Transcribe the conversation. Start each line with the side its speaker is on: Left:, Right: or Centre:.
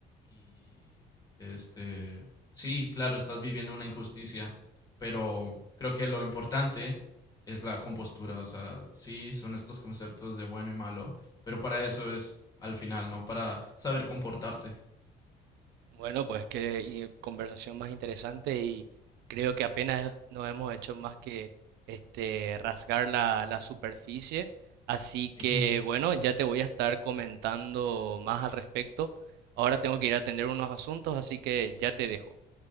Left: y, este, sí, claro, estás viviendo una injusticia, pero creo que lo importante es la compostura, o sea, sí, son estos conceptos de bueno y malo, pero para eso es al final, ¿no? Para saber comportarte.
Right: Bueno, pues qué y- conversación más interesante y creo que apenas nos hemos hecho más que este rasgar la, la superficie. Así
Left: Sí.
Right: que bueno, ya te voy a estar comentando más al respecto. Ahora tengo que ir a atender unos asuntos, así que ya te dejo.